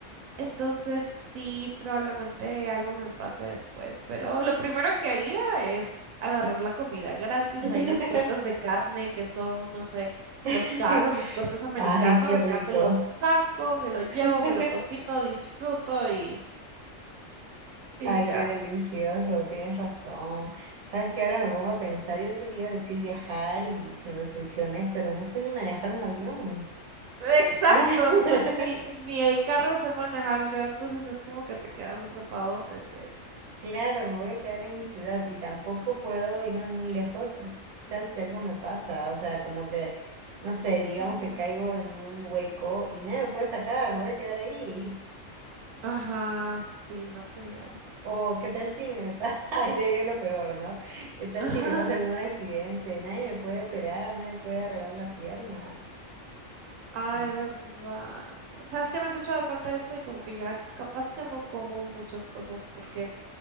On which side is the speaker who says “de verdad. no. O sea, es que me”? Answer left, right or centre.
Right